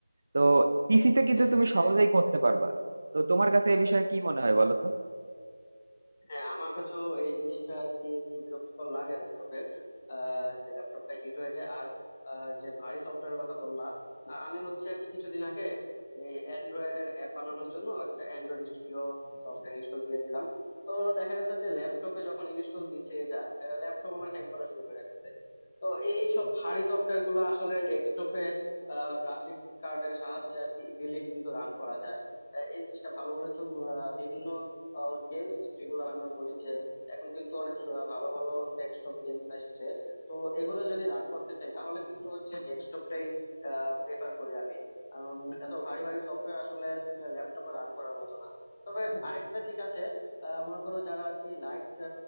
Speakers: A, on the right (about 40°); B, on the left (about 20°).
A: তো পিসিতে কিন্তু
B: হ্যাঁ হ্যাঁ
A: তুমি
B: হ্যাঁ
A: সহজেই করতে পারবা তো তোমার কাছে এ বিষয়ে কি মনে হয় বলো তো
B: হ্যাঁ আমার কাছেও এই জিনিসটা আর কি একটু বিরক্তিকর লাগে ল্যাপটপের যে ল্যাপটপটা হিট হয়ে যায় আর আহ, যে ভারী সফটওয়্যারের কথা বললাম আ- আমি হচ্ছে আর কি কিছুদিন আগে অ্যান্ড্রয়েড এর অ্যাপ বানানোর জন্য একটা অ্যান্ড্রয়েড স্টুডিও সফটওয়্যার ইনস্টল দিয়েছিলাম তো দেখা যাচ্ছে যে ল্যাপটপে যখন ইনস্টল দিচ্ছে এটা ল্যাপটপ আমার হ্যাং করা শুরু করে দিচ্ছে তো এই সব ভারী সফটওয়্যার গুলো আসলে ডেস্কটপে গ্রাফিক্স কার্ডের সাহায্যে আর কি ইজিলি কিন্তু রান করা যায় আহ, এই জিনিসটা ভালো বলেছো উম, আহ, বিভিন্ন গেমস যেগুলো আমরা বলি যে এখন কিন্তু অনেক স- ভালো ভালো ডেস্কটপ গেম এসেছে তো এগুলো যদি রান করতে চাই তাহলে কিন্তু হচ্ছে ডেস্কটপটাই প্রেফার করি আমি কারণ এত ভারী ভারী সফটওয়্যার আসলে ল্যাপটপে রান করার মতো না তবে আরেকটা দিক আছে আহ, মনে করো যারা আর কি লাইট